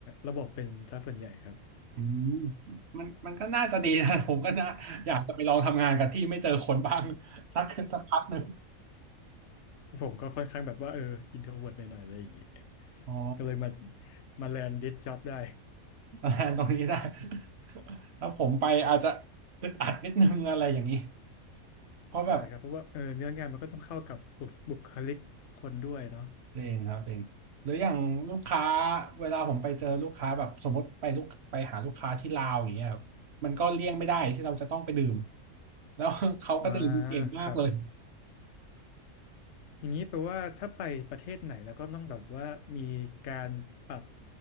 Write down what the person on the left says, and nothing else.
ระบบเป็นซะส่วนใหญ่ครับ
ผมก็ค่อนข้างแบบว่าเอออินโทรเวิร์ตหน่อยๆอะไรอย่างงี้
ก็เลยมามาแลนดดิสจ็อบได้
ใช่ครับเพราะว่าเออเนื้องานมันก็ต้องเข้ากับบุคบุคลิกคนด้วยเนาะ
อ่าครับ อย่างนี้แปลว่าถ้าไปประเทศไหนแล้วก็ต้องแบบว่ามีการปรับ